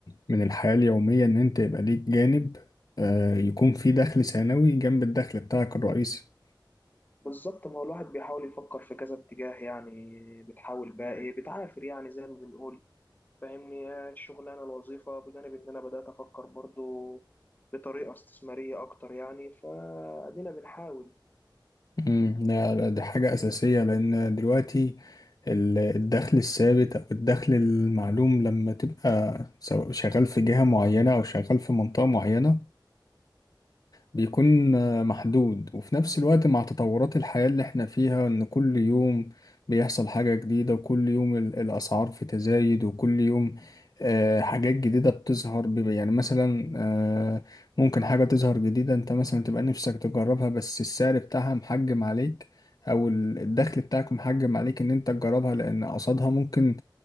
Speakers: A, on the left; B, on the left.
A: من الحياة اليومية إن أنت يبقى ليك جانب آه، يكون فيه دخل ثانوي جنب الدخل بتاعك الرئيسي
B: بالظبط ما هو الواحد بيحاول يفكر في كذا اتجاه يعني بتحاول بقى إيه بتعافر يعني زي ما بنقول فاهمني هي الشغلانة الوظيفة بجانب إن أنا بدأت أفكر برضو بطريقة استثمارية أكتر يعني فأدينا بنحاول
A: مم، لا لا دي حاجة أساسية لأن دلوقتي ال- الدخل الثابت أو الدخل المعلوم لما تبقى سواء شغال في جهة معينة أو شغال في منطقة معينة بيكون آه، محدود وفي نفس الوقت مع تطورات الحياة اللي احنا فيها ان كل يوم بيحصل حاجة جديدة وكل يوم ال- الأسعار في تزايد وكل يوم آه، حاجات جديدة بتظهر بيبقى- يعني مثلا آه، ممكن حاجة تظهر جديدة انت مثلا تبقى نفسك تجربها بس السعر بتاعها محجم عليك او ال- الدخل بتاعك محجم عليك ان انت تجربها لان قصادها ممكن